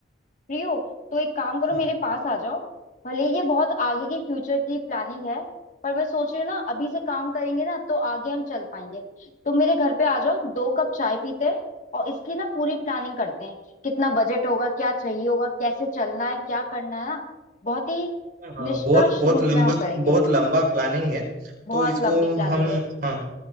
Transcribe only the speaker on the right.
हाँ
हाँ हाँ,
बहुत बहुत
लंबा
बहुत लंबा प्लानिंग है तो
इसको
हम
हाँ